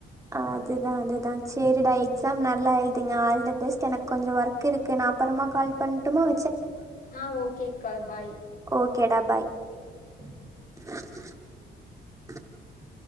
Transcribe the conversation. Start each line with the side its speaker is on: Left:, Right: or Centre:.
Right: அதுதான் அதுதான் சேரிடா எக்ஸாம் நல்லா எழுதுங்க ஆல் த பெஸ்ட் எனக்கு கொஞ்சம் ஒர்க் இருக்கு நான் அப்புறமா கால் பண்ணுட்டுமா
Left: ஆஹ் ஓகேக்கா பாய்
Right: ஓகேடா <inaudible>